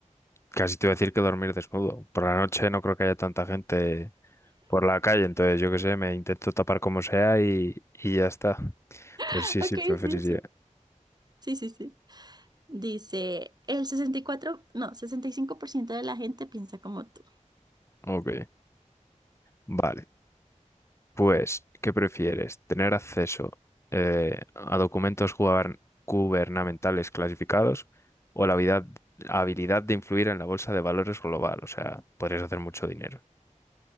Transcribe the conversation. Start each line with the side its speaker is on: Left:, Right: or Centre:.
Left: casi te voy a decir que dormir desnudo. Por la noche no creo que haya tanta gente por la calle, entonces yo qué sé, me intento tapar como sea y, y ya está.
Right: <laughs>
Left: Pero sí,
Right: Ok,
Left: sí, preferiría.
Right: sí, sí. Sí, sí, sí. Dice, el 64, no, 65% de la gente piensa como tú.
Left: Ok, vale. Pues, ¿qué prefieres? ¿Tener acceso eh, a documentos gubar- gubernamentales clasificados o la habilidad, habilidad de influir en la bolsa de valores global? O sea, podrías hacer mucho dinero.